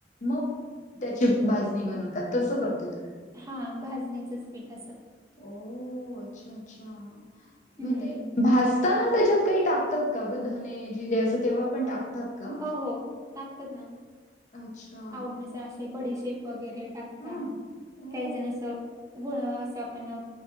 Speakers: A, on the left; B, on the right.
A: मग त्याची भाजणी बनवतात तसं करते तू
B: हा भाजणीचंच पीठ असं
A: हो अच्छा, अच्छा
B: हम्म.
A: म ते भजताना त्याच्यात काही टाकतात का ग धने, जिरे असं तेव्हा पण टाकतात का?
B: हो हो टाकतात ना.
A: अच्छा.
B: आवडनुसार असे बडीशेप वगैरे टाकतात.
A: हां. ओह!
B: काही जण असं गुळ असं आपण